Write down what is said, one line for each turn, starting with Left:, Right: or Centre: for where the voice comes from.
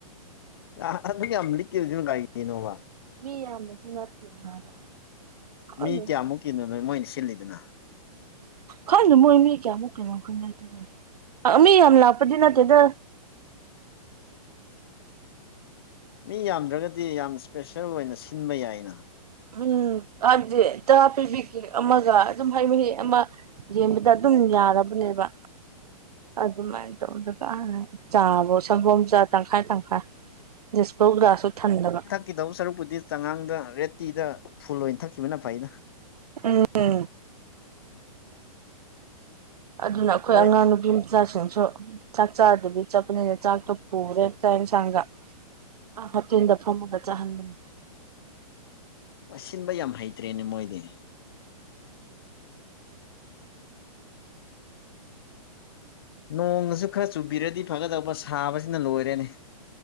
Left: ꯑ ꯑꯗꯨꯛ ꯌꯥꯝ ꯂꯤꯛ ꯏꯗꯨ ꯀꯩꯒꯤꯅꯣꯕ
Right: ꯃꯤ <unintelligible> ꯈꯪꯗꯦꯗ
Left: ꯃꯤ ꯀꯌꯥꯃꯨꯛꯀꯤꯅꯣ ꯅꯣꯏ ꯃꯣꯏꯅ ꯁꯤꯜꯂꯤꯗꯨꯅ
Right: ꯈꯜꯗꯦ ꯃꯣꯏ ꯃꯤ ꯀꯌꯥꯃꯨꯛ ꯀꯤꯅꯣ ꯈꯪꯗꯦ ꯑꯗꯨꯗꯤ ꯃꯤ ꯌꯥꯝ ꯂꯥꯛꯄꯗꯤ ꯅꯠꯇꯦꯗ
Left: ꯃꯤ ꯌꯥꯝꯗ꯭ꯔꯒꯗꯤ ꯌꯥꯝ ꯏꯁꯄꯦꯁꯦꯜ ꯑꯣꯏꯅ ꯁꯤꯟꯕ ꯌꯥꯏꯅ
Right: ꯎꯝ ꯍꯥꯏꯕꯗꯤ ꯇꯔꯥ ꯄꯤꯕꯤꯒꯦ ꯑꯃꯒ ꯑꯗꯨꯝ ꯍꯩ ꯃꯍꯤ ꯑꯃ ꯌꯦꯟꯕꯗ ꯑꯗꯨꯝ ꯌꯥꯔꯕꯅꯦꯕ ꯑꯗꯨꯃꯥꯏꯅ ꯇꯧꯗꯒ ꯆꯥꯕ ꯁꯪꯒꯣꯝ ꯆꯥ ꯇꯪꯈꯥꯏ ꯇꯪꯈꯥꯏ ꯗꯤꯁꯄꯧ ꯒ꯭ꯂꯥꯁꯁꯨ ꯊꯟꯗꯕ
Left: ꯆꯛꯈꯤꯗꯕ ꯁꯔꯨꯛꯄꯨꯗꯤ ꯆꯉꯥꯡꯗ ꯔꯦꯠ ꯇꯤꯗ ꯐꯨꯜ ꯑꯣꯏꯅ ꯊꯛꯈꯤꯕꯅ ꯐꯩꯩꯅ
Right: ꯎꯝ ꯑꯗꯨꯅ ꯑꯩꯈꯣꯏ
Left: ꯃꯣꯏ
Right: ꯑꯉꯥꯡ ꯅꯨꯄꯤ ꯃꯆꯥꯁꯤꯡꯁꯨ ꯆꯥꯛ ꯆꯥꯗꯕꯤ ꯆꯠꯄꯅꯤꯅ ꯆꯥꯛꯇꯣ ꯄꯨꯔꯦ ꯆꯥꯛ ꯏꯟꯁꯥꯡꯒ ꯑꯥ ꯍꯣꯇꯦꯜꯗ ꯐꯝꯃꯒ ꯆꯥꯍꯟꯕꯅꯦ
Left: ꯁꯤꯟꯕ ꯌꯥꯝ ꯍꯩꯇ꯭ꯔꯦꯅꯦ ꯃꯣꯏꯗꯤ ꯅꯣꯡꯒꯁꯨ ꯈꯔ ꯆꯨꯕꯤꯔꯗꯤ ꯐꯒꯗꯧꯕ ꯁꯥꯕꯁꯤꯅ ꯂꯣꯏꯔꯦꯅꯦ